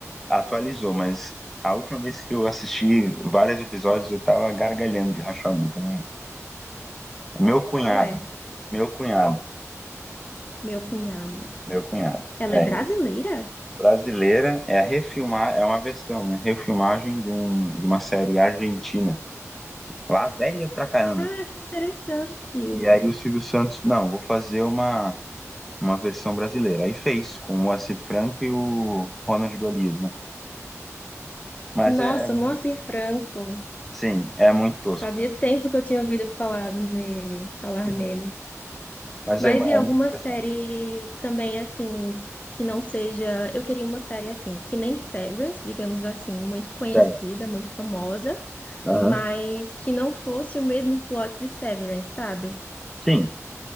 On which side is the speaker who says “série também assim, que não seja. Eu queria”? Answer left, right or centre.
Left